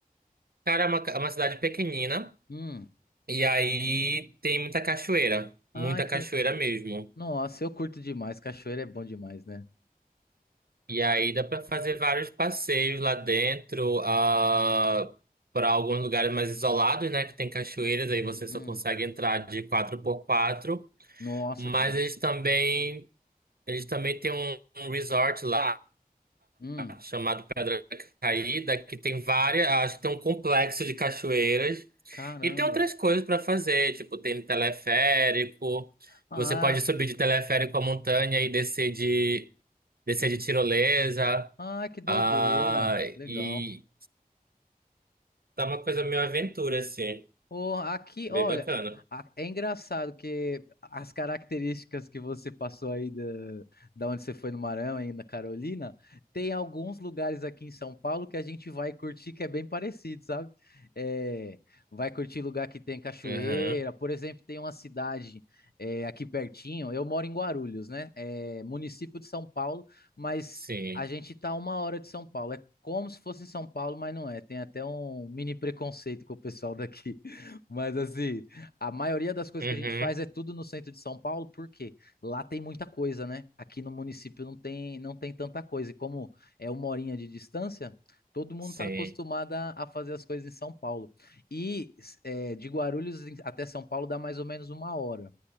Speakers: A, on the right; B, on the left.
A: Cara, é uma, é uma cidade pequenina
B: Hum.
A: e aí tem muita cachoeira,
B: Ai,
A: muita
B: que
A: cachoeira
B: legal.
A: mesmo.
B: Nossa, eu curto demais. Cachoeira é bom demais, né?
A: E aí dá pra fazer vários passeios lá dentro, ah, para alguns lugares mais isolados, né, que tem cachoeiras, aí você
B: Hum.
A: só consegue entrar de quatro por quatro
B: Nossa,
A: mas
B: que. do-
A: eles também eles também têm um, um resort lá
B: Hum.
A: chamado Pedra Caída, que tem várias, acho que tem um complexo de cachoeiras
B: Caramba.
A: E tem outras coisas para fazer, tipo, tem teleférico.
B: Ah,
A: Você pode subir de teleférico a montanha e descer de descer de tirolesa.
B: ah, que doideira.
A: Ah,
B: Que Legal.
A: e tá uma coisa meio aventura assim,
B: Pô, aqui,
A: bem
B: olha,
A: bacana.
B: a- é engraçado que as características que você passou aí da, da onde você foi no Maranhão, aí na Carolina, tem alguns lugares aqui em São Paulo que a gente vai curtir que é bem parecido, sabe? É, vai curtir lugar que tem cachoeira,
A: Uhum,
B: por exemplo, tem uma cidade é, aqui pertinho, eu moro em Guarulhos, né? É município de São Paulo, mas
A: sim.
B: a gente tá a uma hora de São Paulo, é como se fosse em São Paulo, mas não é. Tem até um mini preconceito com o pessoal daqui. Mas assim, a maioria das coisas
A: Uhum,
B: que a gente faz é tudo no centro de São Paulo, porque lá tem muita coisa, né? Aqui no município não tem, não tem tanta coisa. E como é uma horinha de distância, todo mundo
A: sim.
B: está acostumado a a fazer as coisas em São Paulo. E é, de Guarulhos em- até São Paulo dá mais ou menos uma hora.